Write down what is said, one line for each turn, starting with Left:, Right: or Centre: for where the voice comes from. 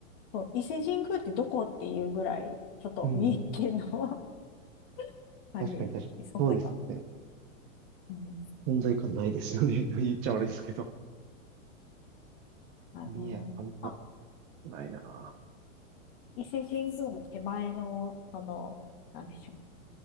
Left: そう、伊勢神宮ってどこっていうぐらい、ちょっと三重県の
Right: うん。
Left: <laughs> あれ、
Right: 確かに確かに。
Left: 存在感。
Right: そうですよね。
Left: うん
Right: 存在感ないですよね。<laughs> 言っちゃ悪いですけど。
Left: あの、
Right: 見やあんま、
Left: まあ
Right: ないな。
Left: 伊勢神宮の手前の、その、なんでしょう。